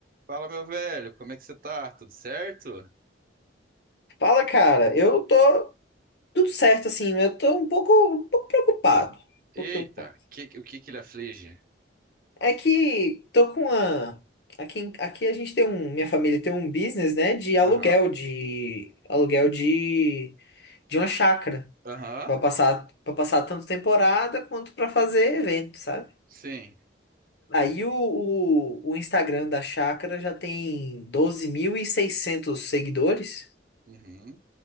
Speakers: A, on the right; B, on the left.
A: Fala, meu velho, como é que você tá? Tudo certo?
B: Fala, cara. Eu tô tudo certo, assim. mas Eu tô um pouco, um pouco preocupado. Um pouco
A: Eita,
B: preocupado.
A: que- o que que ele aflige?
B: É que tô com uma... Aqui, em- aqui a gente tem um... Minha família tem um business, né? De aluguel,
A: Aham,
B: de... Aluguel de... De uma chácara.
A: aham,
B: Pra passar, pra passar tanto temporada quanto pra fazer evento, sabe?
A: sim,
B: Aí o, o, o Instagram da chácara já tem 12.600 seguidores.
A: uhum,